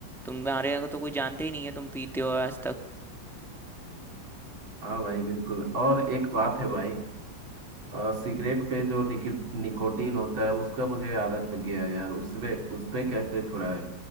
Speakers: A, in the centre; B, on the right.
A: तुम्हारे यहाँ तो कोई जानते ही नहीं है तुम पीते हो आज तक
B: <laughs> हाँ भाई बिल्कुल और एक बात है भाई अ, सिगरेट पे जो निकि, निकोटीन होता है उसका मुझे आदत लग गया है यार उसपे उसपे कैसे छुड़ाए